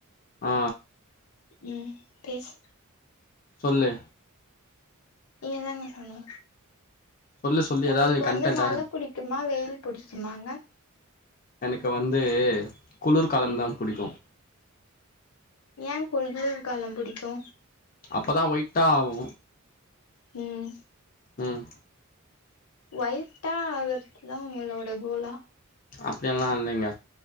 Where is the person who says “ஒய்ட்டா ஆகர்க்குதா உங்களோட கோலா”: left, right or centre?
Left